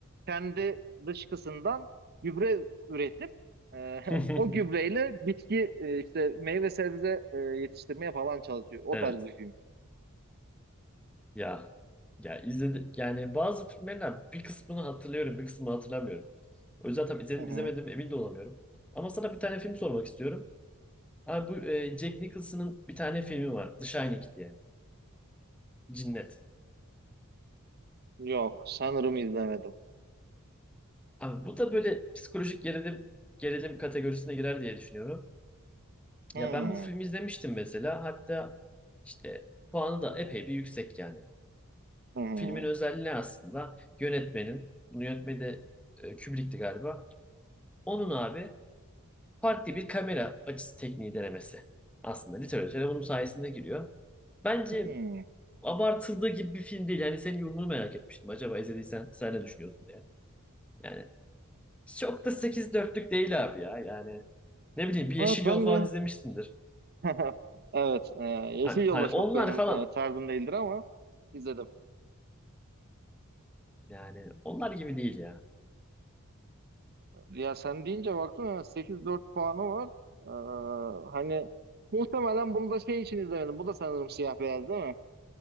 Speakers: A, on the right; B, in the centre.
A: kendi dışkısından gübre üretip e, <laughs>
B: <laughs>
A: o gübreyle bitki e, işte meyve sebze e, yetiştirmeye falan çalışıyor. O
B: Evet.
A: tarz bir film.
B: Ya ya izledim yani bazı filmlerden bir kısmını hatırlıyorum, bir kısmını hatırlamıyorum. O yüzden tam izledim
A: Hı hı.
B: izlemedim emin de olamıyorum. Ama sana bir tane film sormak istiyorum. Abi bu e, Jack Nicholson'ın bir tane filmi var. The Shining diye. Cinnet.
A: Yok, sanırım izlemedim.
B: Abi bu da böyle psikolojik gerilim gerilim kategorisine girer diye düşünüyorum.
A: Hmm.
B: Ya ben bu filmi izlemiştim mesela. Hatta işte puanı da epey bir yüksek yani.
A: Hı hı.
B: Filmin özelliği ne aslında? Yönetmenin, bunu yönetmeni de e, Kubrick'ti galiba. Onun abi farklı bir kamera açısı tekniği denemesi. Aslında literatüre bunun sayesinde giriyor. Bence
A: Hmm.
B: abartıldığı gibi bir film değil. Yani senin yorumunu merak etmiştim. Acaba izlediysen sen ne düşünüyorsun diye. Yani çok da sekiz dörtlük değil abi ya. Yani ne bileyim bir Yeşil
A: Evet ben
B: Yol falan
A: de.
B: izlemişsindir.
A: <laughs> Evet, e, Yeşil
B: Hani,
A: Yolda
B: hani
A: çok
B: onlar
A: benim
B: falan
A: e, tarzım değildir ama izledim.
B: yani onlar gibi değil ya.
A: Ya sen deyince baktım ya 8-4 puanı var. Ee, hani muhtemelen bunu da şey için izlemedim. Bu da sanırım siyah beyaz değil mi?